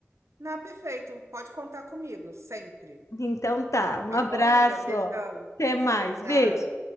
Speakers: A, on the right; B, on the left.
A: Não, perfeito. Pode contar comigo, sempre.
B: Então tá, um
A: Tá
B: abraço,
A: bom, amiga? Beijão.
B: até mais,
A: Tá.
B: beijo.